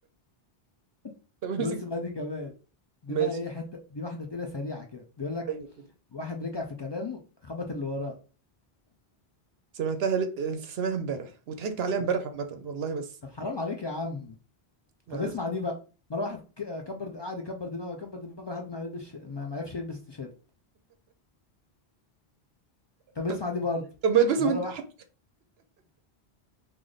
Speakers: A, on the left; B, on the right.
A: <laughs>
B: طب امسك
A: بص بقى دي كمان دي
B: ماشي
A: بقى إيه حتة دي واحدة تقيلة سريعة كده بيقول لك
B: أيوه.
A: واحد رجع في كلامه خبط اللي وراه
B: سمعتها ل... لسه سامعها امبارح وضحكت عليها
A: طب
B: امبارح عامة والله بس
A: طب حرام عليك يا عم
B: معلش
A: طب اسمع دي بقى مرة واحد ك- كبر د- قعد يكبر دماغه يكبر دماغه لحد ما يلبس ما ما عرفش يلبس التيشيرت طب
B: طب
A: اسمع دي برضه
B: طب ما يلبسوا
A: مرة
B: من تحت
A: واحد